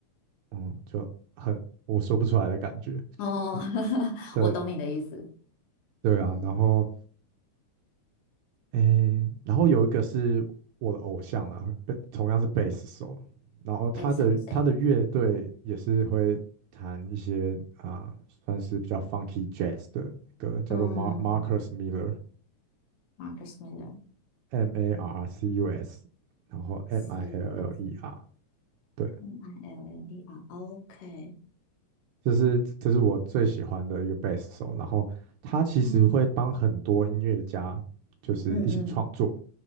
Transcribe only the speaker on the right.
嗯，就很我说不出来的感觉。
嗯
对
对啊，
然后诶，然后有一个是我的偶像啦，贝同样是贝斯手，然后他的他的乐队也是会弹一些啊、
算是比较 funky jazz 的歌，叫做
Mar Marcus Miller。
M A R R C U S，然后 M
I L L E R，对，
这是这是我最喜欢的一个贝斯手。然后他其实会帮很多音乐家就是一起创作，